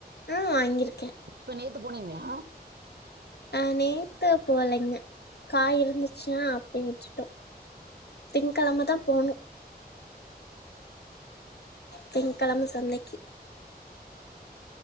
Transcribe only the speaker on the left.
ஆ வாங்கியிருக்கே
அ நேத்த போலேங்க காய் இருந்துச்சுனா அப்டியே விட்டுட்டோ திங்கெழம தா போணு திங்கெழம சந்தைக்கி